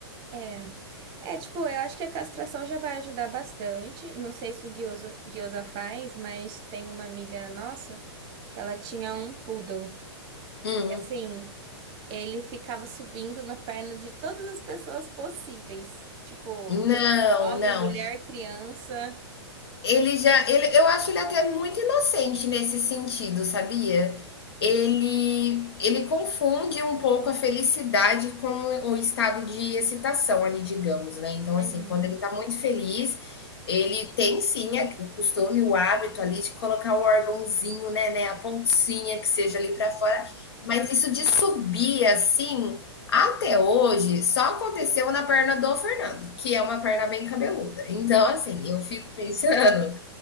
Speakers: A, on the right (about 30°); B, on the left (about 60°).
A: É, é tipo, eu acho que a castração já vai ajudar bastante. Não sei se o Guiosa, Guiosa faz, mas tem uma amiga nossa que ela tinha um poodle.
B: Hum.
A: E, Assim, ele ficava subindo na perna de todas as pessoas possíveis, tipo,
B: Não,
A: homem,
B: não.
A: mulher, criança.
B: Ele já, ele, eu acho ele até muito inocente nesse sentido, sabia? Ele, ele confunde um pouco a felicidade com o estado de excitação ali, digamos, né? Então,
A: Uhum.
B: assim, quando ele tá muito feliz, ele tem sim a- o costume, o hábito ali de colocar o órgãozinho, né, né, a pontinha que seja ali pra fora, mas isso de subir assim, até hoje, só aconteceu na perna do Fernando, que é uma perna bem cabeluda. Então, assim, eu fico pensando